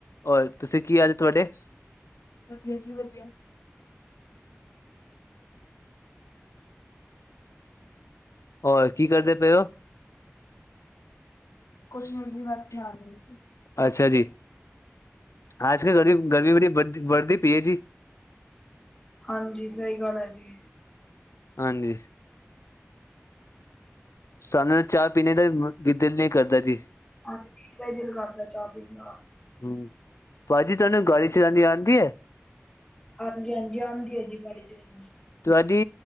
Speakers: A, on the left; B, on the left.
A: ਹੋਰ, ਤੁਸੀਂ ਕੀ ਹਾਲ ਤੁਹਾਡੇ? ਵਧੀਆ ਜੀ ਵਧੀਆ। ਹੋਰ ਕੀ ਕਰਦੇ ਪਏ ਹੋ? ਕੁੱਛ ਨਹੀਂ ਜੀ ਬੈਠੇ ਆ ਜੀ। ਅੱਛਾ ਜੀ, ਆਜ ਕਲ ਗਰਮੀ, ਗਰਮੀ ਬੜੀ ਵਧਦੀ ਪਈ ਹੈ ਜੀ।
B: ਹਾਂਜੀ, ਸਹੀ ਗੱਲ ਹੈ ਜੀ।
A: ਹਾਂਜੀ ਸਾਨੂੰ ਚਾਹ ਪੀਣੇ ਦਾ ਦਿਲ ਨਹੀਂ ਕਰਦਾ ਜੀ।
B: ਹਾਂ ਦਾ <inaudible> ਹੀ ਦਿਲ ਕਰਦਾ ਚਾਹ ਪੀਣ ਦਾ
A: ਹਮ,? ਭਾਜੀ ਤੁਹਾਨੂੰ ਗੱਡੀ ਚਲਾਣੀ ਆਉਂਦੀ ਹੈ
B: ਹਾਂਜੀ, ਹਾਂਜੀ ਆਉਂਦੀ ਆ ਜੀ ਗਾੜੀ ਚਲਾਉਣੀ।
A: ਤੁਹਾਡੀ